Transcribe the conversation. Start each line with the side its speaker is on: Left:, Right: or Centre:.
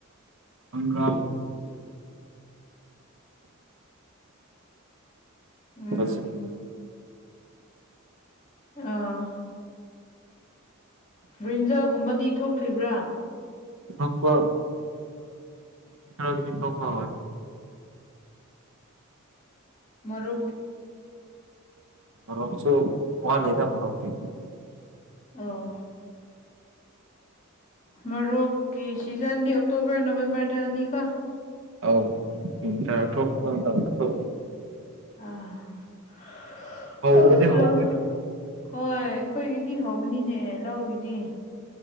Right: ꯍꯪꯒꯥꯝ
Left: ꯎꯝ
Right: ꯇꯁꯤ
Left: ꯑꯥ ꯕ꯭ꯔꯤꯟꯖꯒꯨꯝꯕꯗꯤ ꯊꯣꯛꯇ꯭ꯔꯤꯕ꯭ꯔꯥ
Right: ꯊꯣꯛꯄ ꯑꯗꯤ ꯊꯣꯛꯄ
Left: ꯃꯔꯤ
Right: ꯃꯣꯁꯨ ꯋꯥꯟ ꯂꯩꯗ ꯃꯔꯣꯤ
Left: ꯑꯣ ꯃꯔꯣꯛꯀꯤ ꯁꯤꯖꯟꯗꯤ ꯑꯣꯛꯇꯣꯕꯔ ꯅꯕꯦꯝꯕꯔꯗꯅꯤꯀ
Right: ꯑꯥꯎ ꯃꯇ ꯊꯣꯝ ꯇꯅ ꯊꯣ
Left: ꯑ
Right: ꯍꯧꯕꯗꯤ ꯍꯧꯔꯅꯤ
Left: ꯂ ꯍꯣꯏ ꯑꯩꯈꯣꯏꯒꯤꯗꯤ ꯍꯧꯕꯅꯤꯅꯦ ꯂꯧꯒꯤꯗꯤ